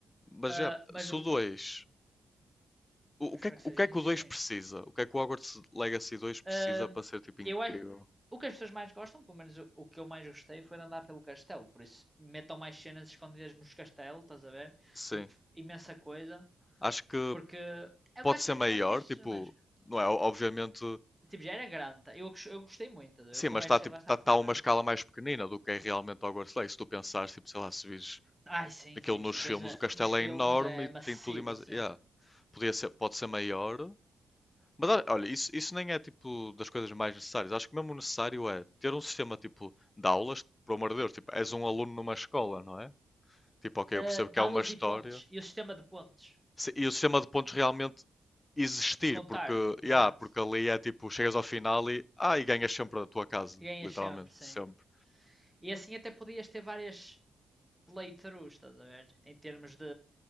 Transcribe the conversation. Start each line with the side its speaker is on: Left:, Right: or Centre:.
Left: Mas
Centre: Ah,
Left: já,
Centre: mas
Left: se
Centre: do.
Left: o 2 o,
Centre: Eu
Left: o
Centre: Espero
Left: que é, que-
Centre: que seja
Left: o que é que
Centre: insano.
Left: o 2 precisa? O que é que o Hogwarts Legacy 2 precisa
Centre: Ahm,
Left: para ser tipo incrível?
Centre: eu acho, o que as pessoas mais gostam, pelo menos o, o que eu mais gostei, foi de andar pelo castelo. Por isso, metam mais cenas escondidas nos castelos, estás a ver?
Left: Sim.
Centre: Tipo, imensa coisa.
Left: Acho que
Centre: Porque é o
Left: pode
Centre: que acho
Left: ser
Centre: que, as-
Left: maior,
Centre: acho que as
Left: tipo,
Centre: pessoas mais.
Left: não é? Obviamente,
Centre: Tipo, já era grande. tá? Eu, eu gostei muito. eu
Left: sim,
Centre: como ver? que
Left: mas
Centre: mais
Left: está
Centre: gostei
Left: tipo,
Centre: lá está,
Left: tá, tá
Centre: foi
Left: a
Centre: andar.
Left: uma escala mais pequenina do que é realmente Hogwarts Legacy. Se tu pensares, tipo, sei lá, se vires
Centre: Ai, sim,
Left: daquilo
Centre: sim,
Left: nos
Centre: sim. Vês
Left: filmes,
Centre: na-
Left: o castelo
Centre: nos filmes
Left: é enorme
Centre: é
Left: e
Centre: massivo,
Left: tem tudo e mais.
Centre: assim.
Left: Yeah, podia ser, pode ser maior. Mas olha, isso, isso nem é tipo das coisas mais necessárias. Acho que mesmo necessário é ter um sistema tipo de aulas, por amor de Deus, tipo, és um aluno numa escola, não é? Tipo, ok,
Centre: Ah,
Left: eu percebo que
Centre: Dá-los
Left: há uma história,
Centre: e pontos. E o sistema de pontos.
Left: e o sistema de pontos realmente existir,
Centre: Contar,
Left: porque,
Centre: exato.
Left: yeah, porque ali é tipo, chegas ao final e, ah, e ganhas sempre a tua casa,
Centre: Ganhas
Left: literalmente,
Centre: sempre, sim.
Left: sempre.
Centre: E assim até podias ter várias playthroughs, estás a ver? Em termos de,